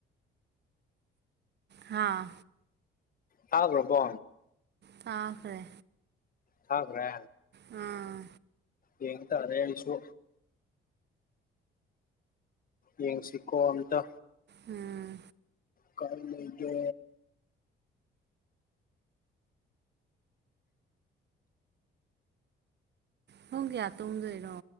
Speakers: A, on the right; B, on the left.
A: ꯍꯥꯥ
B: ꯊꯥꯒ꯭ꯔꯥꯕꯣ
A: ꯊꯥꯈ꯭ꯔꯦ
B: ꯊꯥꯈ꯭ꯔꯦ
A: ꯑꯥ
B: ꯌꯦꯡ ꯇꯥꯔꯦ ꯑꯩꯁꯨ ꯌꯦꯡꯁꯤꯀꯣ ꯑꯝꯇ
A: ꯎꯝ
B: ꯀꯥꯢ ꯂꯩꯒꯦ
A: ꯄꯨꯡ ꯀꯌꯥ ꯇꯨꯝꯗꯣꯏꯔꯣ